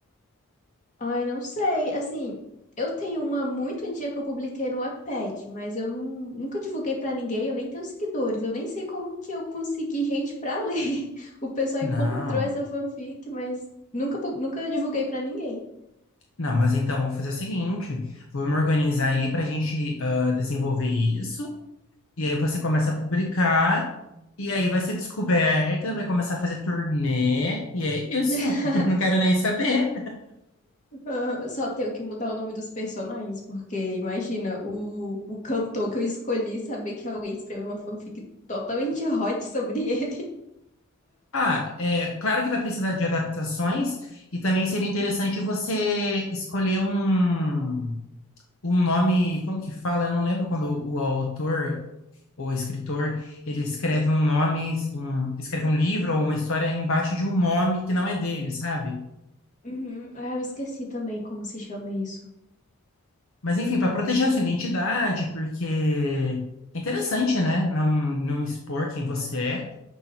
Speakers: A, on the left; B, on the left.
A: Ai, não sei. Assim, eu tenho uma muito antiga que eu publiquei no Wattpad, mas eu não, nunca divulguei pra ninguém, eu nem tenho seguidores, eu nem sei como que eu consegui gente pra ler. <laughs> O pessoal
B: Não.
A: encontrou essa fanfic, mas nunca, pu- nunca divulguei pra ninguém.
B: Não, mas então vamos fazer o seguinte: vamos organizar aí para a gente ah, desenvolver isso. E aí você começa a publicar, e aí vai ser descoberta, vai começar a fazer turnê, e é isso.
A: <laughs>
B: <laughs> Não quero nem saber.
A: Ah, Só tenho que mudar o nome dos personagens, porque imagina o, o cantor que eu escolhi saber que alguém escreveu uma fanfic totalmente hot sobre ele. <laughs>
B: Ah, é claro que vai precisar de adaptações, e também seria interessante você escolher um, um nome, como que fala? Eu não lembro quando o, o autor ou escritor, ele escreve um nome, um, escreve um livro ou uma história embaixo de um nome que não é dele, sabe?
A: Uhum. Ah, eu esqueci também como se chama isso.
B: Mas enfim, para proteger a sua identidade, porque é interessante, né? Não, não expor quem você é.